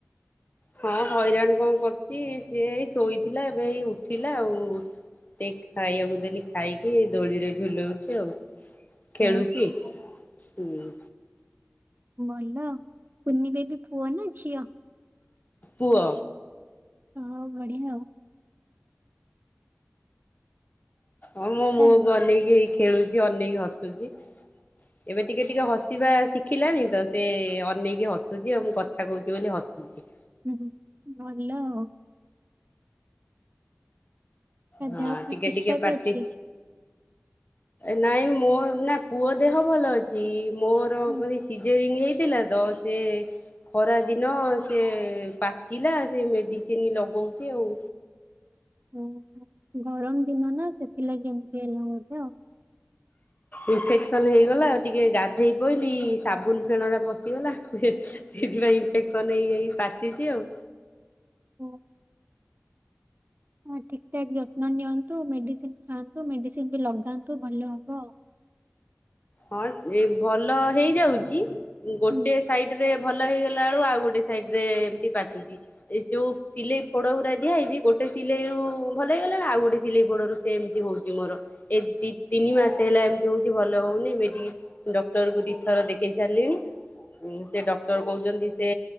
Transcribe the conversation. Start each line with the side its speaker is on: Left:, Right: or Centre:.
Left: ହଁ ହଇରାଣ କଣ କରୁଚି ସିଏ ଏଇ ଶୋଇଥିଲା ଏବେ ଏଇ ଉଠିଲା ଆଉ। ଟେ ଖାଇବାକୁ ଦେଲି ଖାଇକି ଏଇ ଦୋଳିରେ ଝୁଲଉଚି ଆଉ। ଖେଳୁଚି
Right: ଓହୋ
Left: ହୁଁ।
Right: ଭଲ କୁନି ବେବି ପୁଅ ନା ଝିଅ?
Left: ପୁଅ।
Right: ହଁ ବଢିଆ ଆଉ।
Left: ହଁ ମୋ ମୁହଁ
Right: ତା
Left: କୁ ଅନେଇକି ହେଇ ଖେଳୁଚି ଅନେଇକି ହସୁଛି ଏବେ ଟିକେ ଟିକେ ହସ ସିବା
Right: ହୁଁ
Left: ଶିଖିଲାଣିତ ସେ ଅନେଇକି ହସୁଛି ଆଉ, ମୁଁ କଥା କହୁଛି ବୋଲି ହସୁଛି।
Right: ଉଁ ହୁଁ ଭଲ ଆଉ। ତା
Left: ହଁ
Right: ଦେହ ପା
Left: ଟିକେ
Right: ଠିକ
Left: ଟିକେ
Right: ଠାକ
Left: ପାଟି
Right: ଅଛି?
Left: ନାଇଁ ମୋ ନା ପୁଅ ଦେହ ଭଲ ଅଛି। କି ମୋର
Right: ଓ
Left: ମାନେ ସିଜରିଙ୍ଗ ହେଇଥିଲା ତ ସେ ଖରା ଦିନ ସେ ପାଚିଲା ସେ ମେଡିସିନ ଲଗଉଚି ଆଉ।
Right: ଓହା ଗରମ ଦିନ ନା ସେଥିଲାଗି ଏମିତି ହେଲା ବୋଧେ ଆଉ।
Left: ଇନଫେକ୍ସନ ହେଇଗଲା ଟିକେ ଗାଧେଇ ପଇଲିି ସାବୁନ ଫେଣ ଟା ପଶିଗଲା। ହେଁ ହେଁ। ସେଇଥିପାଇଁ ଇନଫେକ୍ସନ ହେଇଯାଇ ପାଚିଚି ଆଉ।
Right: ହଁ। ହଁ ଠିକ ଠାକ ଯତ୍ନ ନିଅନ୍ତୁ ମେଡିସିନ ଖାଆନ୍ତୁ ମେଡିସିନ ବି ଲଗାନ୍ତୁ ଭଲ ହବ ଆଉ।
Left: ହଁ ଏ ଭଲ ହେଇଯାଉଚି ଗୋଟେ
Right: ହୁଁ।
Left: ସାଇଡ ରେ ଭଲ ହେଇଗଲା ଆଳୁକୁ ଆଉ ଗୋଟେ ସାଇଡ ରେ ଏମିତି ପାଚୁଚି। ଏ ଯୋଉ ସିଲେଇ ଫୋଡ ଉରା ଦିଆ ହେଇଛି ଗୋଟେ ସିଲେଇ ରୁ ଭଲ ହେଇଗଲାଣି ଆଉ ଗୋଟେ ସିଲେଇ ଫୋଡରୁ ସେମିତି ହଉଛି ମୋର ଏ ଦି ତିନି ମାସ ହେଲା ଏମିତି ହଉଛି ଭଲ ହଉନି। ମେଡି ଡକ୍ଟର କୁ ଦି ଥର ଦେଖେଇ ସାରିଲିଣି। ଉଁ ସେ ଡକ୍ଟର କହୁଛନ୍ତି ସେ